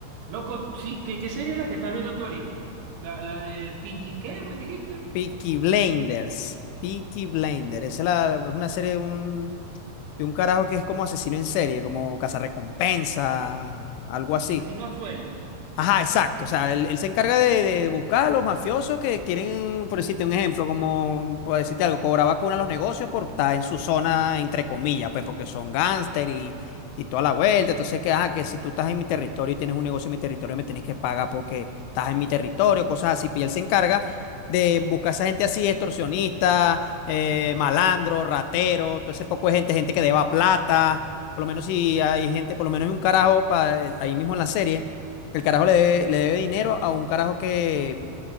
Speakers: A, on the right; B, on the left.
A: Loco, sí, ¿qué, qué serie es la que estás viendo tú ahorita? La, la de Pinky, ¿qué me dijiste?
B: Peaky Blinders. Peaky Blinders. Esa es, la- es una serie de un, de un carajo que es como asesino en serie, como cazarrecompensa, algo
A: Como
B: así.
A: asesino a sueldo.
B: Ajá, exacto. O sea, él, él se encarga de, de buscar a los mafiosos que quieren, por decirte un ejemplo, como, por decirte algo, cobrar vacuna a los negocios por estar en su zona, entre comillas, pues porque son gángster y, y toda la vuelta. Entonces, que, ajá, que si tú estás en mi territorio y tienes un negocio en mi territorio, me tienes que pagar porque estás en mi territorio, cosas así. Pues, Y él se encarga de buscar a esa gente así, extorsionista, eh, malandro, ratero, todo ese poco de gente, gente que deba plata. Por lo menos si hay gente, por lo menos hay un carajo pa- eh, ahí mismo en la serie que el carajo le debe, le debe dinero a un carajo que,